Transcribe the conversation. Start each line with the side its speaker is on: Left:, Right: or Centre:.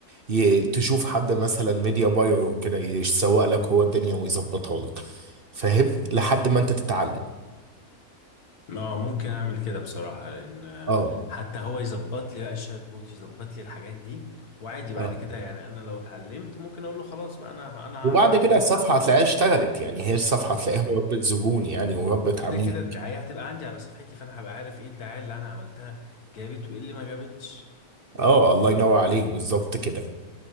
Right: ي... تشوف حد مثلا ميديا باير وكده يسوق لك هو الدنيا ويظبطها لك فاهم لحد ما انت تتعلم
Left: اه ممكن اعمل كده بصراحة لان آه،
Right: اه
Left: حتى هو يظبط لي بقى الشات بوت يظبط لي الحاجات دي وعادي بعد
Right: اه
Left: كده يعني انا لو اتعلمت ممكن اقول له خلاص بقى انا انا هعرف
Right: وبعد
Left: اعمل
Right: كده
Left: ايه
Right: الصفحه
Left: بز-
Right: هتلاقيها اشتغلت يعني هي الصفحه
Left: اه
Right: هتلاقيها ربت زبون يعني وربت
Left: وكده
Right: عميل
Left: كده الدعاية هتبقى عندي على صفحتي فانا هبقى عارف ايه الدعاية اللي انا عملتها جابت وايه اللي ما جابتش
Right: اه الله ينور عليك بالظبط كده